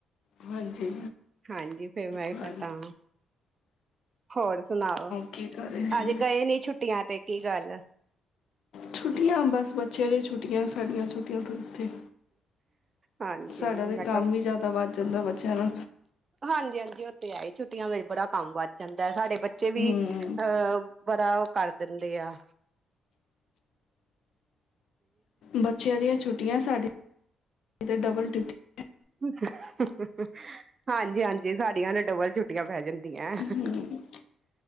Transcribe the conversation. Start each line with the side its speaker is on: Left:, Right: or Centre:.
Left: ਹਾਂਜੀ
Right: ਹਾਂਜੀ ਫੇਰ ਮੈਂ
Left: ਹਾਂਜੀ।
Right: ਤਾਂ ਹੋਰ ਸੁਣਾਓ?
Left: ਕੀ ਕਰ ਰਹੇ ਸੀ
Right: ਅੱਜ ਗਏ ਨੀਂ ਛੁੱਟੀਆਂ ਤੇ ਕੀ ਗੱਲ?
Left: ਛੁੱਟੀਆਂ ਬਸ ਬੱਚਿਆਂ ਦੀ, ਛੁੱਟੀਆਂ ਸਾਡੀਆਂ ਛੁ ਟੀਆਂ ਕਿੱਥੇ
Right: ਹਾਂਜੀ
Left: ਸਾਡਾ ਤੇ
Right: ਮੈਂ
Left: ਕੰਮ
Right: ਕਿਹਾ
Left: ਈ ਜ਼ਿਆਦਾ ਵੱਧ ਜਾਂਦਾ ਬੱਚਿਆਂ ਨਾਲ
Right: ਹਾਂਜੀ ਹਾਂਜੀ। ਉ ਏ ਈ ਛੁੱਟੀਆਂ ਵਿੱਚ ਬੜਾ ਕੰਮ ਵੱਧ ਜਾਂਦਾ ਐ, ਸਾਡੇ ਬੱਚੇ ਬੱਚੇ ਵੀ
Left: ਹੂੰ,
Right: ਅਹ ਬੜਾ ਉ ਕਰ ਦਿੰਦੇ ਆਂ।
Left: ਬੱਚਿਆਂ ਦੀਆਂ ਛੁੱਟੀਆਂ ਸਾਡੇ ਇਧੱਰ ਡਬਲ ਡਿਊਟੀ ਐ।
Right: <unintelligible> ਹਾਂਜੀ ਹਾਂਜੀ, ਸਾਡੀਆਂ ਨੂੰ ਡਬਲ ਛੁੱਟੀਆਂ ਪੈ ਜਾਂਦੀਆਂ।
Left: ਹੂੰ,